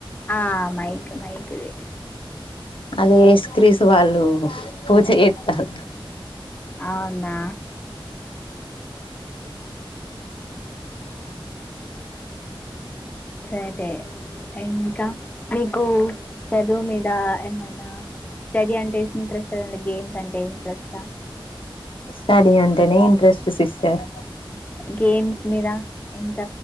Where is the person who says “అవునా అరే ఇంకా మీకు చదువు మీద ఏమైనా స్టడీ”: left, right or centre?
Left